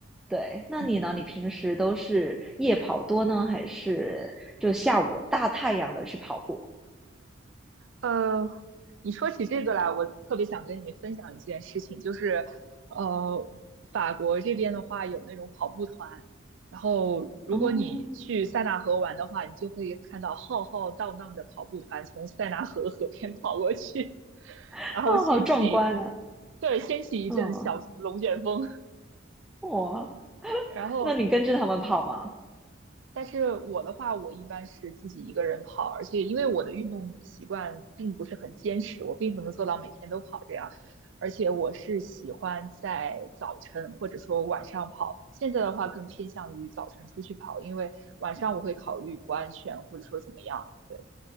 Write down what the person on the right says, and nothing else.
嗯。
呃，你说起这个来，我特别想跟你分享一件事情，就是，呃，法国这边的话有那种跑步团，然后如果你去塞纳河玩的话，
你就会看到浩浩荡荡的跑步团从塞纳河河边跑过去，<laughs>
然后掀起，
对，掀起一阵小型龙卷风，
<laughs> 然后
但是我的话，我一般是自己一个人跑，而且因为我的运动习惯并不是很坚持，我并不能做到每天都跑这样。而且我是喜欢在早晨或者说晚上跑，现在的话更偏向于早晨出去跑，因为晚上我会考虑不安全或者说怎么样。对，